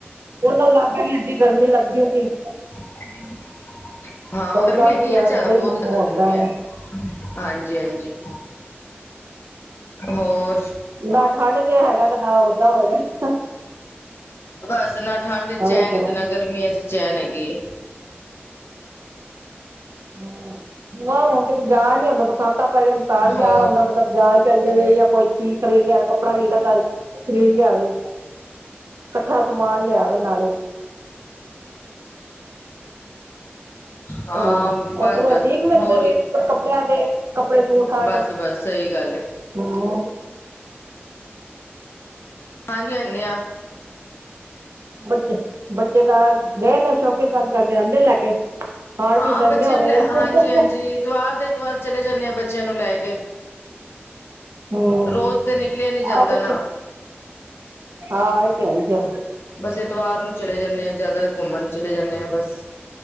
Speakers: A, on the right; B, on the left.
A: ਕੂਲਰ ਲਗਾ, ਕੇ ਵੀ ਏਡੀ ਗਰਮੀ ਲੱਗਦੀ ਸੀ।
B: ਹਾਂ। ਹਾਂ,
A: ਤੇ ਓਦਾਂ
B: ਗਰਮੀ ਹੈਗੀ
A: ਵੀ ਏਦਾਂ
B: ਆ, ਜ਼ਿਆਦਾ
A: ਹੀ
B: ਬਹੁਤ
A: ਹੁੰਦਾ
B: ਜ਼ਿਆਦਾ ਗਰਮੀ ਹੈ,
A: ਵਾ
B: ਹਾਂਜੀ- ਹਾਂਜੀ। ਹੋਰ
A: ਨਾ ਠੰਡ ਜੇ, ਹੈਗਾ ਤੇ ਨਾ ਓਦਾਂ ਹੋ ਗਿਆ।
B: ਬਸ ਨਾ ਠੰਡ
A: ਗਿਆ।
B: ਚ ਚੈਨ, ਤੇ ਨਾ ਗਰਮੀਆਂ ਚ ਚੈਨ ਹੈਗੀ ਏ।
A: ਹਮ, ਹੁਣ ਕਿਤੇ ਜਾਣ ਨੀ ਹੁੰਦਾ, ਬਰਸਾਤਾਂ ਪੈ ਜਾਣ ਤਾਂ ਨੀ
B: ਹੋਰ
A: ਜਾਣ ਹੁੰਦਾ, ਮਤਲਬ ਬਜਾ ਚੱਲ ਜਾਏ, ਜਾਂ ਕੋਈ ਚੀਜ਼ ਖਰੀਦ ਲਿਆਵੇ, ਕੱਪੜਾ ਲੀੜਾ, ਘਰ ਖਰੀਦ ਲਿਆਵੇ। ਇਕੱਠਾ ਸਮਾਨ, ਲਿਆਵੇ ਨਾਲੇ
B: ਹਾਂ,
A: ਹਮ
B: ਬਸ
A: ਉੱਥੇ ਦੇ
B: -ਬਸ
A: ਠੀਕ ਮਿਲਦੇ
B: ਹੋਰ
A: ਰੇਟ
B: ਲੀ
A: ਕੱਪੜਿਆਂ ਦੇ ਕੱਪੜੇ ਸੂਟ ਸਾਟ
B: ਬਸ -ਬਸ, ਸਹੀ ਗੱਲ ਹੈ।
A: ਹਮ
B: ਹਾਂਜੀ, ਲਿਆਨੇ ਆ।
A: ਬੱਚੇ, ਬੱਚੇ ਕ ਗਏ ਨੇ ਸ਼ੋਪਿੰਗ ਕਰਨ? ਕਰ ਜਾਂਦੇ ਲੈਕੇ, ਖਾਣ
B: ਹਾਂ
A: ਪੀਣ ਜਾਂਦੇ
B: ਬੱਚਿਆਂ
A: ਹੋਣੇ
B: ਨੂੰ ਲੈ
A: ਆ।
B: ਹਾਂਜੀ
A: ਹ ਹ
B: ਹਾਂਜੀ
A: ਹ
B: ਇਤਵਾਰ ਦੇ ਇਤਵਾਰ ਚਲੇ ਜਾਂਦੇ ਆ, ਬੱਚਿਆਂ ਨੂੰ ਲੈ ਕੇ।
A: ਹਮ
B: ਰੋਜ਼ ਤੇ ਨਿਕਲਿਆ ਨੀ, ਜਾਂਦਾ
A: ਆਹ ਬੱਚੇ
B: ਨਾ।
A: ਹਾਂ, ਇਹ ਤੇ ਹੈ ਈ ਫੇਰ।
B: ਬਸ, ਇਤਵਾਰ ਨੂੰ ਚਲੇ ਜਾਂਦੇ ਆ, ਜ਼ਿਆਦਾ ਘੁੰਮਣ ਨੂੰ ਚਲੇ ਜਾਂਦੇ ਹਾਂ ਬਸ।